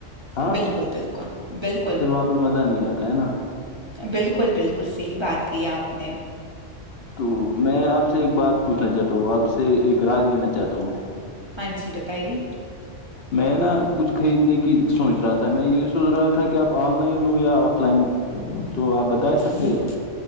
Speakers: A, on the left (about 55°); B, on the right (about 25°).
A: ہاں
B: بالکل بالکل بالکل
A: پھر وہاں پر مزہ نہیں آتا ہے نا
B: بالکل بالکل صحیح بات کی آپ نے
A: تو میں آپ سے ایک بات پوچھنا چاہتا ہوں آپ سے ایک رائے لینا چاہتا ہوں
B: ہاں جی بتائیے
A: میں نا کچھ خریدنے کی سوچ رہا تھا میں یہی سوچ رہا تھا کہ اب آن لائن لوں یا آف لائن
B: <inaudible>
A: تو آپ بتا سکتے